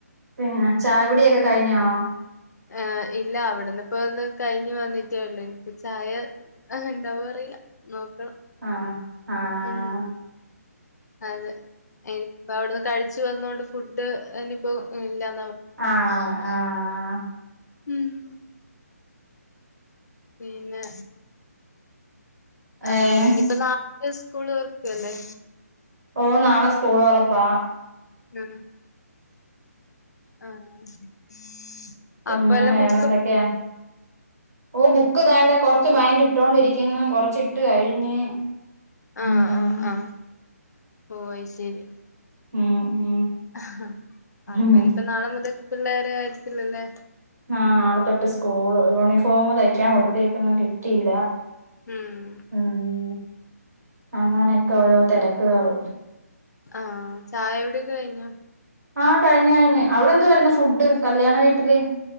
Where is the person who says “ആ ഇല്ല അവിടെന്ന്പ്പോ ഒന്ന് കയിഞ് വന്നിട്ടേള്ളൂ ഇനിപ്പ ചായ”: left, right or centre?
Left